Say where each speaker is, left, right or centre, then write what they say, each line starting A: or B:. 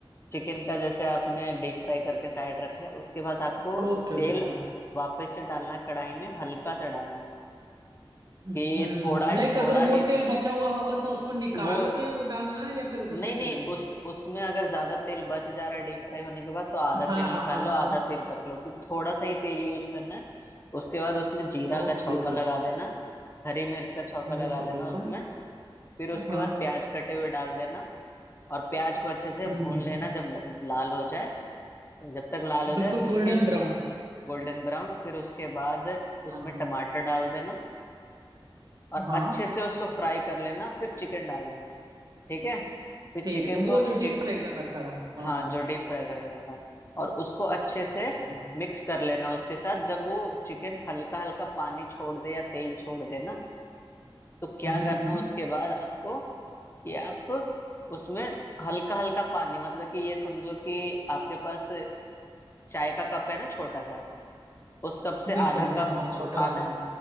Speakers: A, on the left; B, on the right.
A: चिकन का जैसे आपने डीप फ्राई करके साइड रख लिया उसके बाद आपको
B: <laughs> ओके
A: तेल
B: ओके हाँ
A: वापस से डालना है कढ़ाई में हल्का सा डालना है
B: हम्म
A: कि थोड़ा
B: हम्म लाइक
A: थोड़ा
B: अगर
A: ही
B: वो
A: तेल
B: तेल बचा हुआ होगा तो उसको निकाल
A: वो
B: के वो डालना है या फिर
A: नहीं
B: उसी
A: नहीं
B: तेल में
A: उस उसमें अगर ज्यादा तेल बच जा रहा है डीप फ्राई होने के बाद तो आधा
B: हाँ
A: तेल
B: हाँ
A: निकाल
B: हाँ
A: लो आधा
B: हाँ
A: तेल रख लो कि थोड़ा सा ही तेल यूज करना है उसके बाद उसमें जीरा
B: Okay
A: का छौंका
B: okay
A: लगा देना हरी मिर्च का छौंका लगा
B: बिल्कुल
A: देना
B: बिल्कुल
A: उसमें फिर उसके
B: हाँ
A: बाद प्याज कटे हुए डाल देना और प्याज को अच्छे से
B: हम्म
A: भून
B: हम्म
A: लेना
B: हम्म
A: जब ल- लाल हो जाए जब तक लाल हो
B: बिल्कुल
A: जाए
B: गोल्डन
A: उसके
B: ब्राउन
A: गोल्डन ब्राउन फिर उसके बाद
B: हाँ
A: उसमें
B: हाँ
A: टमाटर डाल देना और
B: हाँ
A: अच्छे से उसको फ्राई कर लेना फिर चिकन डाल देना ठीक है फिर
B: ठीक
A: चिकन
B: है वो
A: को
B: जो डीप
A: चि,
B: फ्राई कर रखा था
A: हाँ
B: हाँ हाँ
A: जो डीप फ्राई कर रखा था और उसको अच्छे से
B: हम्म,
A: मिक्स कर लेना उसके साथ जब वो चिकन हल्का हल्का पानी छोड़ दे या तेल छोड़ दे ना तो क्या
B: हम्म
A: करना
B: हम्म
A: उसके बाद आपको कि आप उसमें हल्का हल्का पानी मतलब कि ये समझो कि आपके पास चाय का कप है ना छोटा सा उस कप से
B: बिल्कुल
A: आधा
B: बिल्कुल
A: कप
B: हाँ छोटा
A: आधा
B: सा हाँ